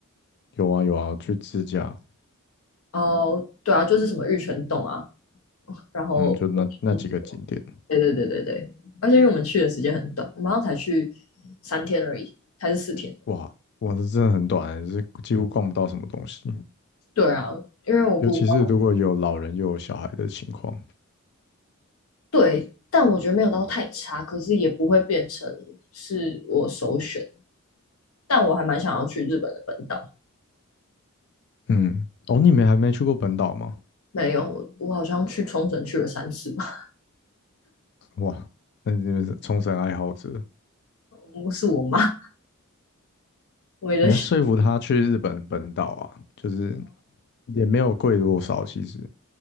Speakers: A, on the left (about 50°); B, on the left (about 75°).
A: 有啊有啊，去自驾，
B: 哦，对啊，就是什么玉泉洞啊，然后，
A: 嗯，就那那几个景点。
B: 嗯对对对对对，而且因为我们去的时间很短，我们好像才去三天而已，还是四天。
A: 哇，哇，这真的很短欸，是几乎逛不到什么东西，
B: 对啊，因为我姑姑
A: 尤其是如果有老人又有小孩的情况。
B: 对，但我觉得没有到太差，可是也不会变成是我首选。但我还蛮想要去日本的本岛，
A: 嗯，哦，你们还没去过本岛吗？
B: 没有，我我好像去冲绳去了三次吧，
A: 哇，那你们是冲绳爱好者。
B: <laughs> 是我妈为了学
A: 你要说服他去日本本岛啊，就是也没有贵多少，其实